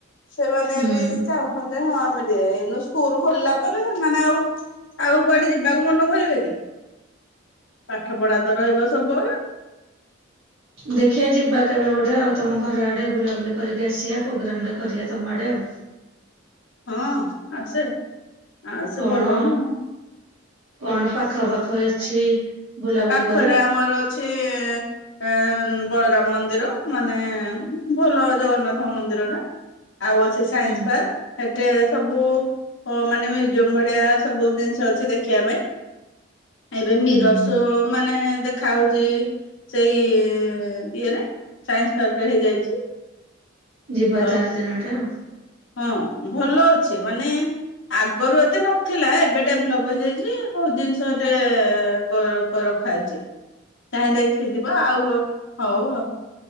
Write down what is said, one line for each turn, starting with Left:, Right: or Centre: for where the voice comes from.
Left: ସେମାନେ
Right: ହୁଁ।
Left: ବି ଚାହୁଁଛନ୍ତି ଯେ ହଁ ଆମେ ଟେ ଏଇନୁ ସ୍କୁଲ ଖୋଲିଲା ପରେ ସେମାନେ ଆଉ ଆଉ କୁଆଡେ ଯିବାକୁ ମନ କରିବେ କି? ପାଠ ପଢା ତ ରହିବ ସବୁବେଳେ।
Right: ଦେଖିବା ଯିବା କେବେ ଗୋଟେ ଆଉ ତମ ଘର ଆଡେ ବୁଲାବୁଲି କରିକି ଆସିବା ପୋଗ୍ରାମ ଟେ କରିବା ତମ ଆଡେ ଆଉ।
Left: ହଁ ଆସେ। ଆସେ
Right: କଣ
Left: ଭଲ ନା
Right: କଣ ପା ପାଖ ପାଖ ଅଛି ବୁଲାବୁଲି
Left: ପାଖରେ
Right: କରିବା
Left: ଆମର ଅଛି ଇ ଈ ମ ବଳରାମ ମନ୍ଦିର ମାନେ ଭଲ ଜଗନ୍ନାଥଙ୍କ ମନ୍ଦିର ଟା। ଆଉ ଅଛି ସାଇନ୍ସ
Right: ହୁଁ
Left: ପାର୍କ ସେଠେ ସବୁ ମାନେ ମୁ ଜଭଳିଆ ସବୁ ଜିନିଷ ଅଛି ଦେଖିବା ପାଇଁ। ଏବେ
Right: ହୁଁ
Left: ମିର ମାନେ ଦେଖା ହଉଛି ସେଇ ଇଏରେ ସାଇଁସ ପାର୍କରେ ହେଇଯାଇଛି।
Right: ଯିବା
Left: ତ
Right: ତାର ଦିନ ଗୋଟେ ଆଉ।
Left: ହଁ ଭଲ ଅଛି ମାନେ ଆଗରୁ ଏତେ ନଥିଲା ଏବେ ଡେଭଲପ ହେଇଯାଇଛି ବହୁତ ଜିନିଷ ଏଟେ ଏ କ ରଖା ହେଇଛି। ଚାହି ଦେଖି ଯିବା ଆଉ ହଉ ଆଉ।